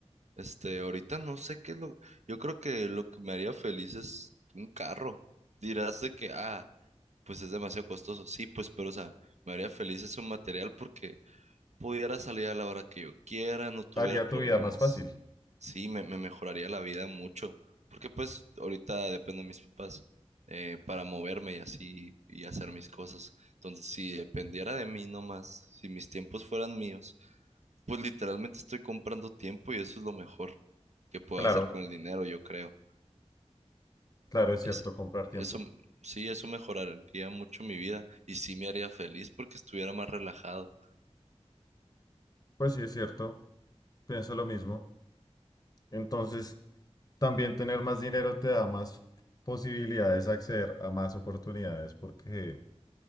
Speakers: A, on the right; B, on the left.
A: Este, ahorita no sé qué es lo... Yo creo que lo que me haría feliz es un carro. Dirás de que, ah, pues es demasiado costoso. Sí, pues, pero o sea, me haría feliz ese material porque pudiera salir a la hora que yo quiera, no tuviera
B: Haría
A: problemas.
B: tu vida más fácil.
A: Sí, me, me mejoraría la vida mucho, porque pues ahorita dependo de mis papás eh, para moverme y así y hacer mis cosas. Entonces, si dependiera de mí nomás, si mis tiempos fueran míos, pues literalmente estoy comprando tiempo y eso es lo mejor que puedo
B: Claro,
A: hacer con el dinero, yo creo.
B: claro, es cierto,
A: Es,
B: comprar tiempo.
A: eso, sí, eso mejoraría mucho mi vida y sí me haría feliz porque estuviera más relajado.
B: Pues sí, es cierto, pienso lo mismo. Entonces, también tener más dinero te da más posibilidades de acceder a más oportunidades porque,